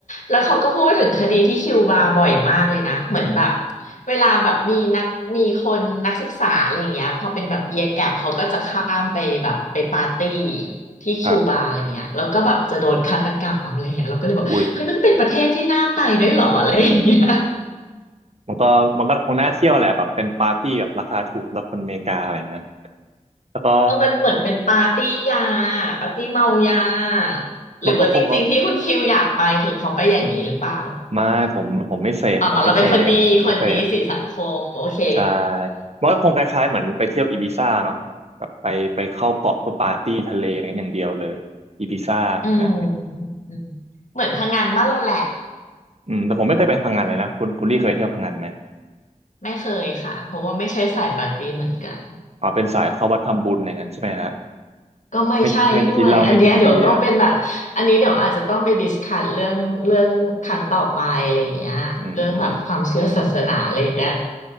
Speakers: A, on the left; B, on the right.
A: แล้วเขาก็พูดถึงคดีที่คิวบาบ่อยมากเลยนะเหมือนแบบเวลาแบบมีนักมีคนนักศึกษาอะไรอย่างเงี้ยพอเป็นแบบเยียแกปเขาก็จะข้ามไปแบบไปปาร์ตี้ ที่คิวบาอะไรเงี้ยแล้วก็แบบจะโดนฆาตกรรมอะไรเงี้ยเราก็เลยบอกเฮ้ยมันเป็นประเทศที่น่าไปด้วยเหรออะไรเงี้ย
B: ครับอุ้ยมันก็มันก็คงน่าเที่ยวแหละแบบเป็นปาร์ตี้แบบราคาถูกสำหรับคนอเมริกาอะไรอย่างนั้นแล้วก็
A: แล้วมันเหมือนเป็นปาร์ตี้ยาปาร์ตี้เมายาหรือว่าจริงๆที่คุณคิวอยากไปคือเพอไปอย่างนี้หรือเปล่า
B: มันก็คงไม่ผมผมไม่เสพผมไม่เสพผมไม่เสพ
A: อ๋อเราเป็นคนดีคนดีสีสังคมโอเค
B: ใช่มันก็คงคล้ายๆเหมือนไปเที่ยวอีบิซ่าเนาะแบบไปไปเข้าเกาะเพื่อปาร์ตี้ทะเลอะไรอย่างเดียวเลยอีบิซ่าอย่างนั้น
A: อืมอืมเหมือนพังงานบ้านเราแหละ
B: อืมแต่ผมไม่เคยไปพังงานเลยนะคุณคุณลี่เคยเที่ยวพังงานไหม
A: ไม่เคยค่ะเพราะว่าไม่ใช่สายปาร์ตี้เหมือนกัน
B: อ๋อเป็นสายเข้าวัดทำบุญอะไรอย่างนั้นใช่ไหมฮะ
A: ก็ไม่ใช่ด้วย
B: ไม่ไม่กินเหล้าไม่กินเบียร์
A: อันเนี้ยเดี๋ยวต้องเป็นแบบ อันนี้เดี๋ยวอาจจะต้องไปดิสคัสเรื่องเรื่องครั้งต่อไปอะไรอย่างเงี้ยเรื่องแบบความเชื่อศาสนาอะไรอย่างเงี้ย
B: อืม